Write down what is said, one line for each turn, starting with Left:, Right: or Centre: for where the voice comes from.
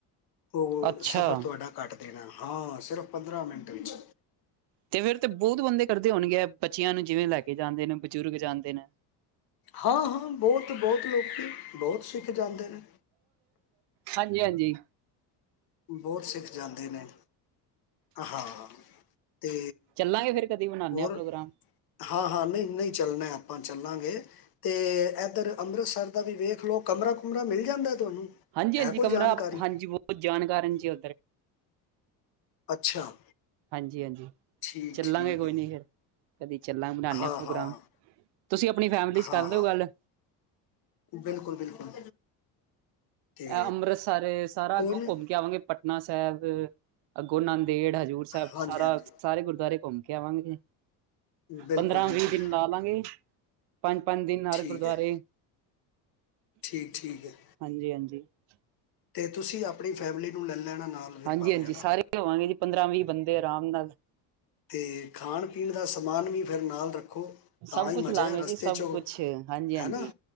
Left: ਉਹ
Right: ਅੱਛਾ
Left: ਸਫ਼ਰ ਤੁਹਾਡਾ ਘੱਟ ਦੇਣਾ ਹਾਂ ਸਿਰਫ਼ ਪੰਦਰਾਂ ਮਿੰਟ ਵਿੱਚ
Right: ਤੇ ਫੇਿਰ ਤੇ ਬਹੁਤ ਬੰਦੇ ਕਰਦੇ ਹੋਣ ਗੇ ਬੱਚਿਆਂ ਨੂੰ ਜਿਵੇਂ ਲੈ ਕੇ ਜਾਂਦੇ ਨੇ ਬਜ਼ੁਰਗ ਜਾਂਦੇ ਨੇ
Left: ਹਾਂ-ਹਾਂ ਬਹੁਤ ਬਹੁਤ ਲੋਕਿ ਬਹੁਤ ਸਿੱਖ ਜਾਂਦੇ ਨੇ
Right: ਹਾਂਜੀ-ਹਾਂਜੀ
Left: ਬਹੁਤ ਸਿੱਖ ਜਾਂਦੇ ਨੇ ਹਾਂ ਤੇ
Right: ਚੱਲਾਂਗੇ ਫੇਰ ਕਦੀ ਬਣਾਨੇ
Left: ਹੋਰ
Right: ਆ ਪ੍ਰੋਗਰਾਮ।
Left: ਹਾਂ-ਹਾਂ ਨਹੀਂ-ਨਹੀਂ ਚੱਲਣਾ ਆਪਾਂ ਚੱਲਾਂਗੇ ਤੇ ਇੱਧਰ ਅੰਮ੍ਰਿਤਸਰ ਦਾ ਵੀ ਵੇਖ ਲੋ ਕਮਰਾ ਕੁਮਾਰਾ ਮਿਲ ਜਾਂਦਾ ਤੁਹਾਨੂੰ
Right: ਹਾਂਜੀ-ਹਾਂਜੀ
Left: ਹੈ ਕੋਈ
Right: ਕਮਰਾ
Left: ਜਾਣਕਾਰੀ
Right: ਹਾਂਜੀ ਬਹੁਤ ਜਾਣਕਾਰ ਹੈ ਜੀ <inaudible>
Left: ਅੱਛਾ
Right: ਹਾਂਜੀ-ਹਾਂਜੀ
Left: ਠੀਕ
Right: ਚੱਲਾਂਗੇ
Left: ਠੀਕ
Right: ਕੋਈ
Left: ਹੈ
Right: ਨੀ ਫੇਰ ਕਦੇ ਚੱਲਾਂਗੇ ਬਨਾਦੇ
Left: ਹਾਂ
Right: ਆ ਪ੍ਰੋਗਰਾਮ
Left: ਹਾਂ
Right: ਤੁਸੀਂ ਆਪਣੀ ਫੈਮਿਲੀ ਚ
Left: ਹਾਂ
Right: ਕਰਦੇਓ
Left: ਹਾਂ
Right: ਗੱਲ
Left: ਬਿਲਕੁਲ ਬਿਲਕੁਲ ਤੇ
Right: ਅੰਮ੍ਰਿਤਸਰ ਸਾਰਾ
Left: ਕੌਣ
Right: ਅੱਗੋਂ ਕੌਮ ਕੇ ਆਵਾਂਗੇ ਪਟਨਾ ਸਾਬ ਸਾਹਿਬ ਅੱਗੋ ਨਾਨਕ ਜੇਹੜਾ ਹਜ਼ੂਰ ਸਾਹਿਬ
Left: ਹਾਂਜੀ
Right: ਸਾਰਾ
Left: ਹਾਂਜੀ
Right: ਸਾਰੇ ਗੁਰਦੁਆਰੇ ਘੁੰਮ ਕਵਾਂਗੇ
Left: ਬਿਲਕੁਲ
Right: ਪੰਦਰਾਂ
Left: ਬਿਲਕੁਲ
Right: ਵੀ ਵੀਹ ਦਿਨ ਲਾ ਲਾਂਗੇ ਪੰਜ ਪੰ ਦਿ ਨਾਲ
Left: ਠੀਕ
Right: ਗੁਰਦੁਆਰੇ
Left: ਹੈ ਠੀਕ ਠੀਕ ਹੈ
Right: ਹਾਂਜੀ ਹਾਂਜੀ <inaudible>
Left: ਤੇ ਤੁਸੀਂ ਆਪਣੀ ਫੈਮਿਲੀ ਨੂੰ ਲੈ ਲੈਣਾ ਨਾਲ ਫਿਰ
Right: ਹਾਂਜੀ
Left: ਭਾਵੇਂ
Right: ਹਾਂਜੀ
Left: ਹਨਾ
Right: ਸਾਰੇ ਹੋਵਾਂਗੇ ਜੀ ਪੰਦਰਾਂ ਵੀਹ ਬੰਦੇ ਆਰਾਮ ਨਾਲ <inaudible>
Left: ਤੇ ਖਾਣ ਪੀਣ ਦਾ ਸਮਾਨ ਵੀ ਫਿਰ ਨਾਲ ਰੱਖੋ ਤਾਂ
Right: ਸਭ
Left: ਹੀ
Right: ਕੁਛ
Left: ਮਜ਼ਾ
Right: ਲਾਂਗੇ
Left: ਹੈ ਰਸਤੇ
Right: ਜੀ ਸਭ
Left: 'ਚ
Right: ਕੁਛ ਹਾਂਜੀ-ਹਾਂਜੀ
Left: ਹੈ ਨਾ